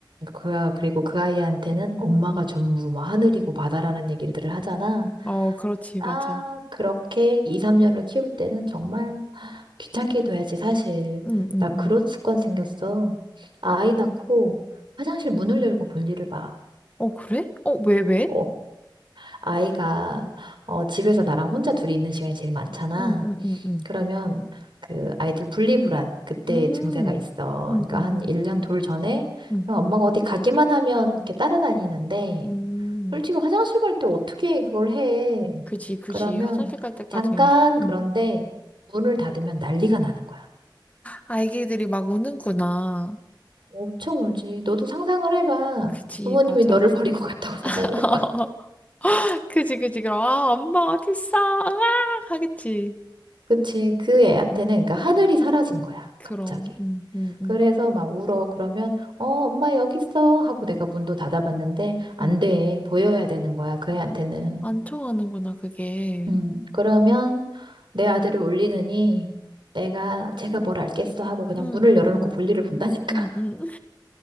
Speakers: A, on the right (about 75°); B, on the left (about 15°).
A: 그, 아- 그리고 그 아이한테는 엄마가
B: 음,
A: 전부 뭐 하늘이고 바다라는 얘기들을 하잖아.
B: 어, 그렇지,
A: 아,
B: 맞아.
A: 그렇게 2, 3년을 키울 때는 정말 귀찮게 둬야지, 사실.
B: 음, 음, 음.
A: 나 그런 습관 생겼어. 아이 낳고 화장실 문을 열고 볼일을 봐.
B: 어, 그래? 어, 왜, 왜?
A: 어, 아이가 어, 집에서 나랑 혼자 둘이 있는 시간이 제일 많잖아.
B: 음, 음, 음, 음.
A: 그러면 그 아이들 분리불안 그때
B: 음,
A: 증세가 있어.
B: 음,
A: 그러니까
B: 음,
A: 한
B: 음,
A: 1년 돌 전에
B: 음,
A: 엄마가
B: 음,
A: 어디 가기만 하면 이렇게 따라다니는데
B: 음.
A: 솔직히 화장실 갈 때 어떻게 그걸 해?
B: 그지, 그지.
A: 그러면
B: 화장실 갈 때까지.
A: 잠깐
B: 음.
A: 그런데 문을 닫으면 난리가 나는 거야.
B: 아기들이 막 우는구나.
A: 엄청 울지. 너도 상상을 해봐.
B: 그지,
A: 부모님이
B: 맞아.
A: 너를 <laughs> 버리고
B: <laughs>
A: 갔다고 생각을 해봐.
B: 그지, 그지. 그럼, 아, 엄마 어딨어? 으악! 하겠지.
A: 그치. 그 애한테는 그러니까 하늘이 사라진 거야.
B: 그럼,
A: 갑자기.
B: 음, 음,
A: 그래서
B: 음,
A: 막 울어. 그러면 어 엄마 여기 있어 하고 내가 문도 닫아봤는데 안
B: 음.
A: 돼. 보여야 되는 거야. 그 애한테는.
B: 안 통하는구나, 그게.
A: 음, 그러면 내 아들을 울리느니 내가 제가 뭘 알겠어 하고 그냥
B: 음,
A: 문을
B: 음,
A: 열어놓고
B: 음.
A: 볼일을 본다니까.
B: 음, 음,